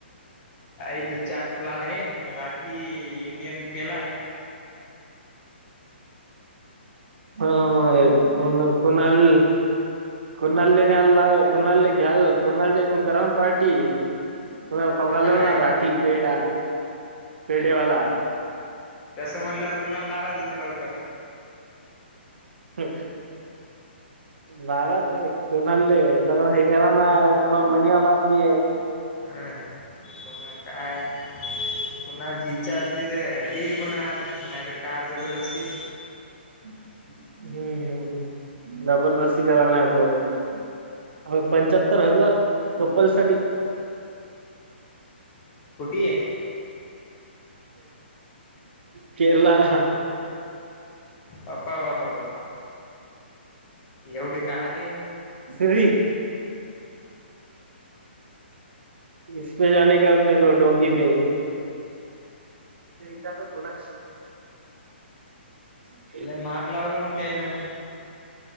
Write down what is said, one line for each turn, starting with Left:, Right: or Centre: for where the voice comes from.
Left: इथ चाट प्लाट आहे राठी इंडियन मलाय
Right: हा म पण कोणाल कुणाले न्यायला ला कुणाले घ्याल कुणालच्या ण कराव पार्टी कोुणाला खाऊ घाल्लेल
Left: काय
Right: ना रात पेढा पेढेवाला
Left: त्यासं म्हटल्यावर कुणाला नाराज होते लवकर
Right: ठीक बाराजर कोणाल ज हे करा ना कोणाला मनीवाला आदमी आहे
Left: अं कोणा काय पुणा जी इच्छा असली तर दिल कणा आल नाहीतर काल जबरदस्ती
Right: हम्म हम्मम् जबरदस्ती कर नाही बर अ पंचाहत्तर हजार कप्पल साठी
Left: कुठी आहे
Right: केरला
Left: पप्पा प्पा पप्पा एवढी काली
Right: श्री इसमे जाने का आपने को डोंगकी मे तेदा तर बोला क
Left: महाग लावलं मग काही ना